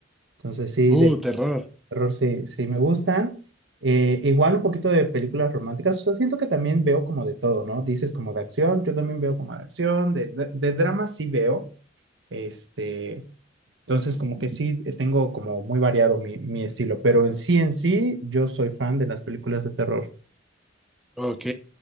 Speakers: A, on the right; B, in the centre.
A: Entonces sí,
B: uh,
A: de
B: terror,
A: Terror sí, sí me gustan. Eh, igual un poquito de películas románticas. O sea, siento que también veo como de todo, ¿no? Dices como de acción, yo también veo como de acción, de, de, de drama sí veo. Este, entonces como que sí eh, tengo como muy variado mi, mi estilo, pero en sí en sí yo soy fan de las películas de terror.
B: ok,